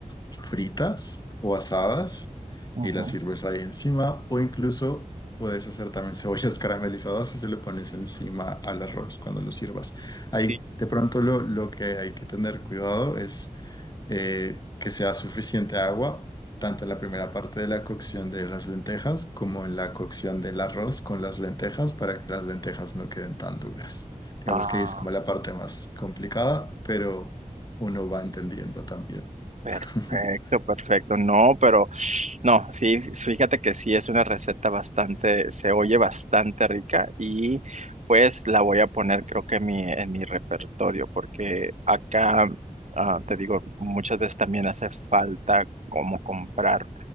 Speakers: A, on the left; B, on the right.
A: fritas o asadas
B: Ujú.
A: y las sirves ahí encima o incluso puedes hacer también cebollas <laughs> caramelizadas y se le pones encima al arroz cuando lo sirvas. Ahí
B: Sí.
A: de pronto lo, lo que hay que tener cuidado es eh, que sea suficiente agua tanto en la primera parte de la cocción de las lentejas como en la cocción del arroz con las lentejas para que las lentejas no queden tan duras. Digamos
B: Ah,
A: que ahí es como la parte más complicada, pero uno va entendiendo también.
B: perfecto,
A: <laughs>
B: perfecto. No, pero no, sí, fíjate que sí es una receta bastante, se oye bastante rica y pues la voy a poner creo que en mi, en mi repertorio porque acá, ah, te digo, muchas veces también hace falta como comprar.